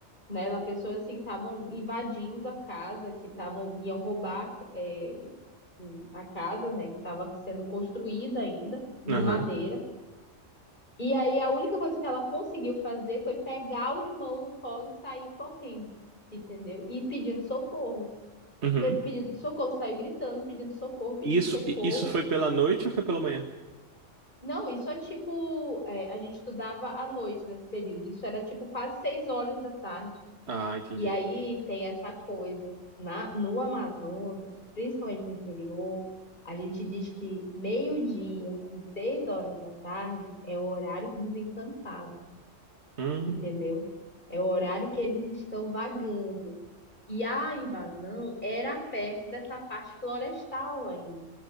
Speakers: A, on the left; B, on the right.
A: né? Ela pensou assim que estavam invadindo a casa, que estavam iam roubar é, o- a casa, né? Que estava sendo construída ainda de
B: aham,
A: madeira. E aí a única coisa que ela conseguiu fazer foi pegar o irmão no colo e sair correndo, entendeu? E pedindo socorro.
B: uhum.
A: Pe- Pedindo socorro, saiu gritando, pedindo socorro, pedindo
B: Isso,
A: socorro.
B: i- isso foi pela noite ou foi pela manhã?
A: Não, isso é tipo, é, a gente estudava à noite nesse período. Isso era tipo quase seis horas da tarde.
B: Ah, entendi.
A: E aí tem essa coisa. Na, no Amazonas, principalmente no interior, a gente diz que meio-dia e seis horas da tarde é o horário desencantado.
B: Hum,
A: entendeu? É o horário que eles estão vagando. E a invasão era perto dessa parte florestal ainda.